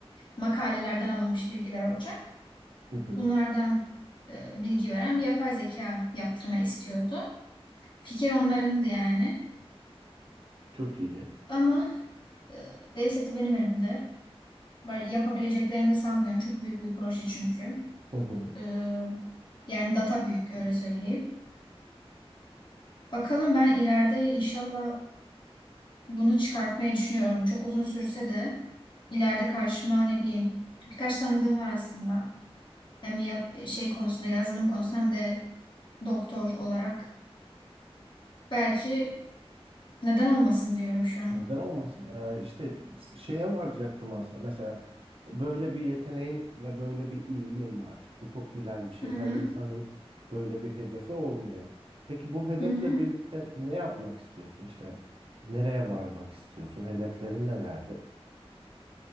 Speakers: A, on the left; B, on the right.
A: makalelerden alınmış bilgiler olacak.
B: Hı hı.
A: Bunlardan e, bilgi veren bir yapay zeka yaptırmayı istiyordu. Fikir onlarındı yani.
B: Çok iyi.
A: Ama e, veri seti benim elimde. yapabileceklerini de sanmıyorum. Çok büyük bir proje çünkü.
B: Hı hı.
A: E, yani data büyük öyle söyleyeyim. Bakalım ben ileride inşallah bunu çıkartmayı düşünüyorum. Çok uzun sürse de ileride karşıma ne bileyim birkaç tanıdığım var aslında. Hem yap, şey konusunda yazılım konusunda hem de doktor olarak. Belki neden olmasın diyorum şu an.
B: Neden olmasın? Ee, işte şeye varacaktım aslında. Mesela böyle bir yeteneğin ve böyle bir ilgin var. Bu çok güzel bir şey.
A: Hı hı,
B: Her insanın böyle bir hedefi olmuyor. Peki bu hedefle
A: hı hı.
B: birlikte ne yapmak istiyorsun? İşte nereye varmak istiyorsun? Hedeflerin nelerdir?